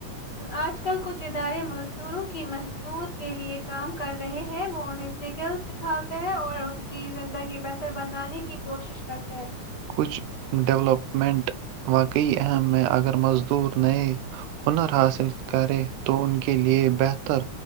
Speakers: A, on the left (about 45°); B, on the right (about 80°).
A: آج کل کچھ ادارے مزدوروں کی محدود کے لیے کام کر رہے ہیں وہ انہیں سیکل سکھاتے ہیں اور ان کی زندگی بہتر بنانے کی کوشش کرتے ہیں <unintelligible>
B: کچھ ڈولپمنٹ واقعی اہم میں اگر مزدور نئے ہنر حاصل کرے تو ان کے لیے بہتر